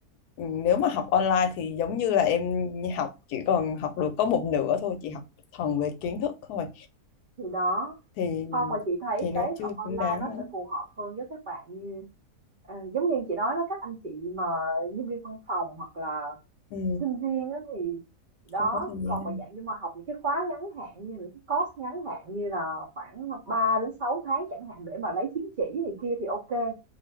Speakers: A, on the left; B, on the right.
A: ừ, nếu mà học online thì giống như là em học chỉ còn học được có một nửa thôi chỉ học thuần về kiến thức thôi
B: thì đó
A: thì
B: không mà chị thấy
A: thì nó
B: cái
A: chưa
B: học online
A: xứng đáng
B: nó
A: lắm
B: sẽ phù hợp hơn với các bạn như à, giống như chị nói đó các anh chị mà nhân viên văn phòng hoặc là
A: ừ,
B: sinh viên á thì đó
A: không có thời gian
B: còn mà dạng như mà học những cái khóa ngắn hạn như những cái course ngắn hạn như là khoảng 3 đến 6 tháng chẳng hạn để mà lấy chứng chỉ thì kia thì ok